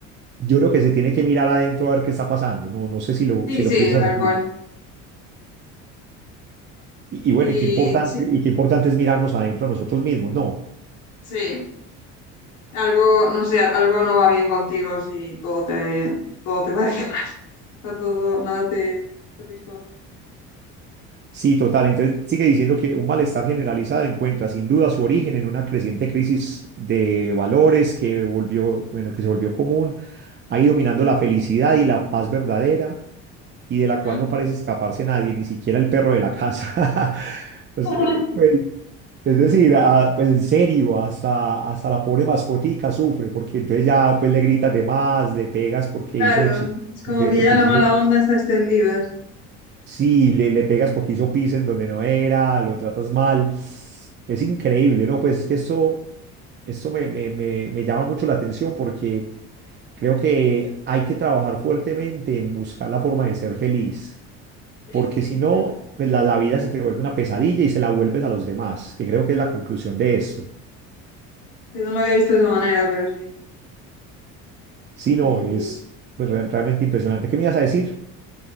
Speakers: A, on the right; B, on the left.
A: yo creo que se tiene que mirar adentro a ver qué está pasando. No, no sé si lo,
B: Sí,
A: si lo
B: sí,
A: piensas
B: tal
A: así.
B: cual.
A: Y, y bueno,
B: Y
A: y qué importante,
B: sí,
A: y qué importante es mirarnos adentro a nosotros mismos, ¿no?
B: sí, algo, no sé, algo no va bien contigo si todo te, todo te <laughs> parece mal. O sea, todo, nada te satisface.
A: Sí, total. Entonces sigue diciendo que un malestar generalizado encuentra sin duda su origen en una creciente crisis de valores que volvió, bueno, que se volvió común, ha ido minando la felicidad y la paz verdadera y de la
B: Ujú.
A: cual no parece escaparse nadie, ni siquiera el perro de la casa. <laughs> Pues,
B: Ay,
A: eh, pues, es decir, ah, pues en serio, hasta, hasta la pobre mascotica sufre, porque entonces ya pues le gritas de más, le pegas porque
B: Claro,
A: hizo chi-
B: es como
A: porque,
B: que
A: porque
B: ya la
A: se
B: mala
A: hizo
B: onda está extendida. Sí,
A: Sí, le, le pegas porque hizo pis en donde no era, lo tratas mal. Es increíble, ¿no? Pues es que eso, eso me, me, me, me llama mucho la atención porque creo que hay que trabajar fuertemente en buscar la forma de ser feliz,
B: Sí,
A: porque si no,
B: tal cual.
A: pues la, la vida se te vuelve una pesadilla y se la vuelves a los demás, que creo que es la conclusión de eso.
B: Sí, no lo había visto de esa manera, pero sí.
A: Si
B: Y-
A: no, es pues, re- realmente impresionante. ¿Qué me ibas a decir?